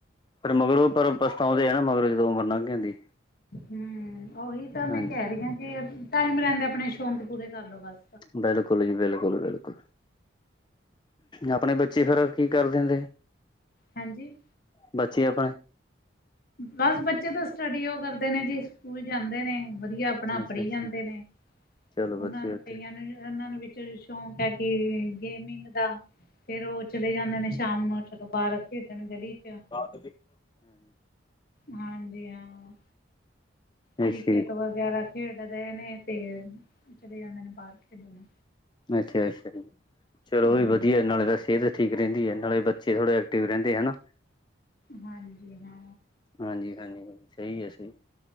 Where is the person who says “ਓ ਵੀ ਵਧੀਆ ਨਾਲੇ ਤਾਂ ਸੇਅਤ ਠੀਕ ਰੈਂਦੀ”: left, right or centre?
Left